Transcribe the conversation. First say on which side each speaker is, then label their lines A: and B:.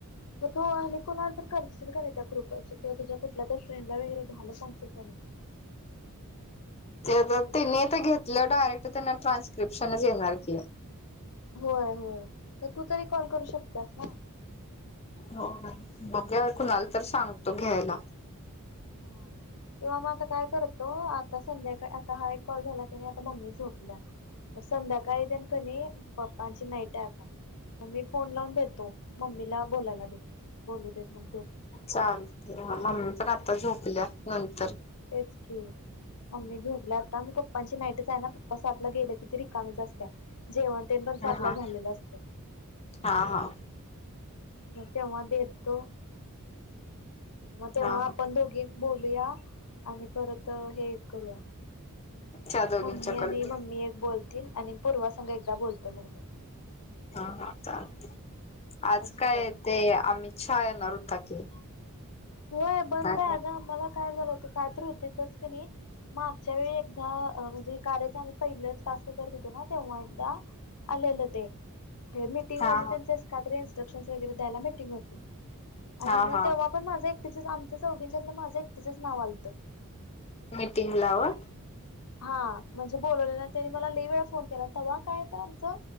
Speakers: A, on the left; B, on the left.
A: मग आणिक कोणाल तर करशील का नाही त्या ग्रुप वरच की तुझ्या कुठल्या त्या फ्रेंडला वगैरे घ्यायला सांगशील का नाही.
B: ते त्यांनी तर घेतलं डायरेक्ट त्यांना ट्रान्स्क्रिप्शनच येणार की.
A: होय होय तर तू तरी कॉल करू शकतास ना.
B: हो हो मग कुणाला तर सांगतो घ्यायला.
A: हा. किंवा मग आता काय करतो आता संध्याकाळी आता हा एक कॉल झाला कीम आता मम्मी झोप ला संध्याकाळी त्यान कनी पप्पांची नायट ये आता. म मी फोन लावून देतो मम्मीला बोलायला दे बोलू देत मग तो
B: चालते ह मम्मी पण आता झोपल्या नंतर.
A: तेच की मम्मी झोपली आता मग पप्पांची नाईट आहे ना प अस आपले गेलं कि ते रिकामीच असत्या जेवण तेन पण
B: हा
A: सातला
B: हा.
A: झालेलं असतय.
B: हा हा.
A: म तेव्हा भेटतो म तेव्हा
B: हा हा
A: आपण दोघी बोलूया आणि परत हे करूया.
B: त्या दोघींच्याकड
A: मम्मी आणि
B: दे.
A: मम्मी एक बोलतील आणि पूर्वा संघ एकदा बोलतो मग मी.
B: हा चालते आज
A: असं
B: काय
A: करूया.
B: ते आमित शहा येणार होता की.
A: होय बंद
B: हा
A: आहे ग मला काय झाल होत काय तरी होतेस कनी मागच्या वेळी एकदा अ म्हणजे कार्याच आम्ही पहिल टास्क करत होतो ना तेव्हा एकदा आलेले ते मीटिंग
B: हा
A: म्हणजे त्यांच अस कात इन्स्ट्रक्शन वगैरे द्यायला मिटिंग होती आणि
B: हा
A: मग
B: हा
A: तेव्हा पण माझं एक तीच आमचं चौघींच्या यातन माझंच एकटीच नाव आलतं.
B: मीटिंगला व
A: हा म्हणजे बोललेले त्यांनी मला लय वेळा फोन केला तेव्हा काय तर आमचं